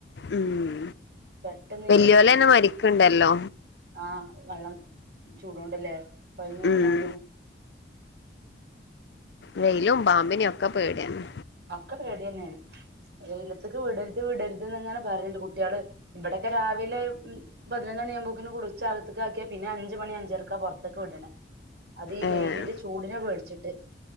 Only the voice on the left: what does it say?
ഉം
വല്ല്യോലെന്നെ
മരിക്ക്ണ്ടല്ലോ
ഉം
വെയിലും പാമ്പിനി ഒക്കെ പേടിയെന്നേ
ഏഹ്